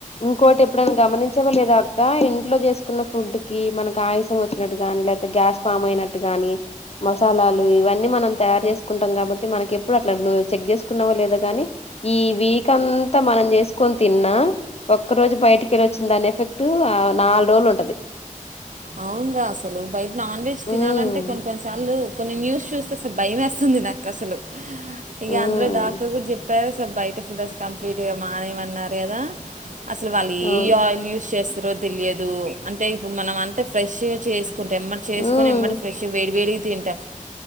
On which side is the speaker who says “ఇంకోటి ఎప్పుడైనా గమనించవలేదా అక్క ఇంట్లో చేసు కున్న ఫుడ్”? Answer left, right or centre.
Left